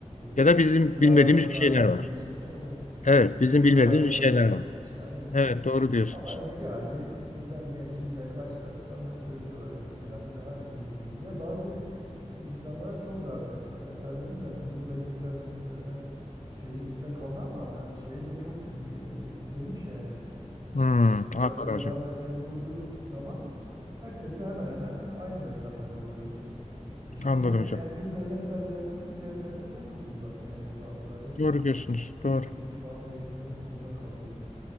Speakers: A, on the left (about 70°); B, on the right (about 30°).
A: Ya
B: e,
A: da bizim
B: plana
A: bilmediğimiz
B: dahil
A: bir şeyler
B: edilmiş.
A: var.
B: <laughs> Evet.
A: Evet,
B: Yani
A: bizim
B: onlar
A: bilmediğimiz
B: daha çok
A: bir şeyler
B: önemsenmiş.
A: var.
B: Aynen.
A: Evet, doğru diyorsunuz.
B: Ama eski hali ben ya kimle karşılaşsam hep söylüyorlar eski hali daha uygundu. Bir de bazı insanlara çok daha ters geliyor. Mesela dedim ya bizim buradaki biraz nispeten şehir içinde kaldı ama yani şehir de çok e, geniş yani.
A: Hmm,
B: Hani mesela
A: anladım
B: biraz
A: hocam.
B: daha merkezi olduğu zaman herkese hemen hemen aynı mesafede oluyordu. E şimdi
A: Anladım
B: her yani
A: hocam.
B: birilerine biraz yakın, diğerlerine çok çok uzak yani bazıları
A: Doğru diyorsunuz.
B: iki üç
A: Doğru.
B: dolmuş falan değiştirmek durumunda kalıyor.